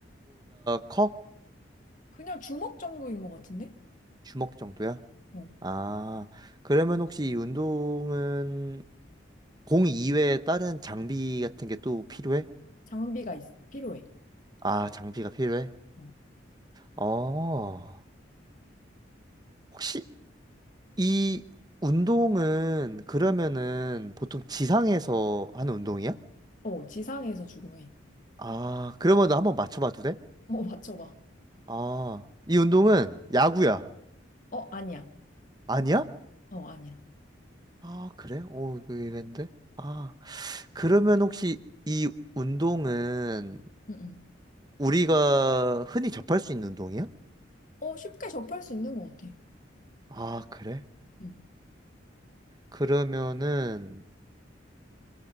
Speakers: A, on the right (about 20°); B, on the left (about 45°).
A: 커?
B: 그냥 주먹 정도인 것 같은데?
A: 주먹 정도야?
B: 어.
A: 아, 그러면 혹시 이 운동은 공 이외에 다른 장비 같은 게 또 필요해?
B: 장비가 있, 필요해.
A: 아, 장비가 필요해?
B: 어.
A: 어, 혹시 이 운동은 그러면은
B: 음.
A: 보통 지상에서 하는 운동이야?
B: 어, 지상에서 주로 해.
A: 아, 그러면 나 한번 맞춰봐도 돼?
B: 어, 맞춰봐.
A: 아, 이 운동은 야구야.
B: 어, 아니야.
A: 아니야?
B: 어, 아니야.
A: 아, 그래? 어, 이거 의외인데? 아, 그러면 혹시 이 운동은
B: 응, 응.
A: 우리가 흔히 접할 수 있는 운동이야?
B: 어, 쉽게 접할 수 있는 것 같아.
A: 아, 그래?
B: 응
A: 그러면은